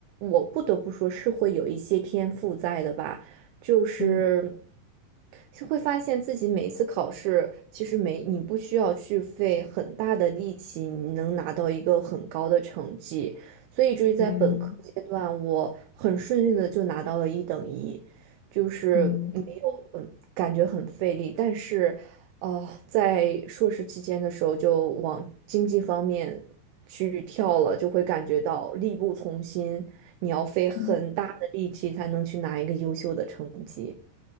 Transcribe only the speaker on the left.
嗯
嗯嗯。
嗯
嗯